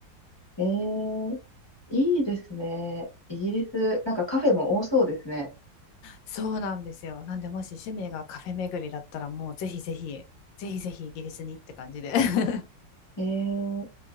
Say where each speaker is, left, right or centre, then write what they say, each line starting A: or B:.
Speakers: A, on the left; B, on the left.
A: えー、いいですね。イギリス、なんかカフェも多そうですね。
B: そうなんですよ。なんで、もし趣味がカフェ巡りだったら、もうぜひぜひ、ぜひぜひイギリスにって感じで。<laughs>
A: えー、